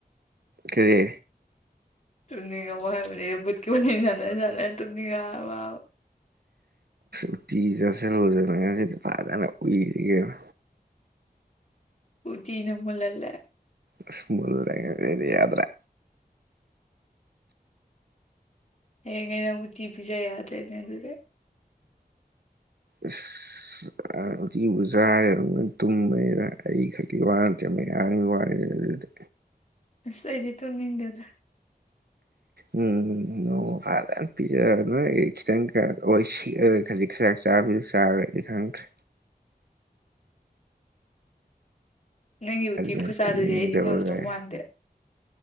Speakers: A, on the right; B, on the left.
A: ꯀꯗ
B: ꯇꯨꯝꯅꯤꯡꯉ ꯍꯥꯏꯔꯕꯠꯀꯤ ꯁ ꯇꯨꯅꯤꯡꯉꯕ
A: ꯎꯇꯤ ꯆꯥꯁꯜꯂꯨꯗꯅ ꯉꯁꯤꯗꯤ ꯐꯖꯟ ꯎꯏꯔꯦ ꯀꯩꯅꯣ
B: ꯎꯇꯤꯅ ꯃꯨꯜꯍꯜꯂꯦ
A: ꯑꯁ ꯃꯨꯜꯂꯦ ꯉꯁꯤꯗꯤ ꯌꯥꯗ꯭ꯔꯦ
B: ꯍꯌꯦꯡꯒꯩ ꯅꯪ ꯎꯇꯤ ꯄꯤꯖ ꯌꯥꯗ꯭ꯔꯦꯅꯦ ꯑꯗꯨꯗꯤ
A: ꯑꯁ ꯎꯇꯤꯕꯨ ꯆꯥꯔꯗꯤ ꯑꯗꯨꯝ ꯇꯨꯝꯕꯅꯤꯗ ꯑꯩ ꯈꯛꯀꯤ ꯋꯥ ꯅꯠꯇꯦ ꯃꯌꯥꯝꯒꯤ ꯋꯥꯅꯤꯗ ꯑꯗꯨꯗꯤ
B: ꯑꯁ ꯑꯩꯗꯤ ꯆꯨꯝꯅꯤꯡꯗꯦꯗ
A: ꯎꯪ ꯅꯣꯡꯃ ꯐꯖꯟ ꯄꯤꯖꯔꯒ ꯈꯤꯇꯪꯈꯛ ꯁꯤꯛꯑꯒ ꯈꯖꯤꯛ ꯆꯥꯛ ꯆꯥ <unintelligible> ꯆꯥꯕꯩꯗꯤ ꯈꯪꯗ꯭ꯔꯦ
B: ꯅꯪꯒꯤ ꯎꯇꯤ
A: ꯑꯗꯨꯅ
B: ꯈꯨꯆꯥꯗꯩꯗꯤ
A: ꯇꯨꯝꯅꯤꯡꯗꯕꯒ
B: ꯑꯩꯗꯤ ꯉꯝꯗꯧ ꯃꯥꯟꯗꯦ